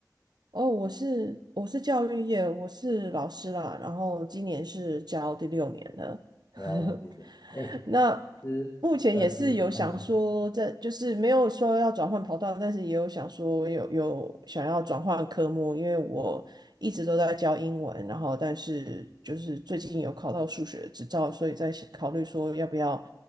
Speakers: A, on the right; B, on the left.
A: 哦，我是我是教育业，我是老师啦，然后今年是教第六年了。
B: 了解，
A: <laughs>
B: 哎，
A: 那
B: 其实呃，
A: 目前也是有想说在，
B: 也哎
A: 就是没有说要转换跑道，但是也有想说有有想要转换科目，因为我一直都在教英文，然后但是就是最近有考到数学执照，所以在想考虑说要不要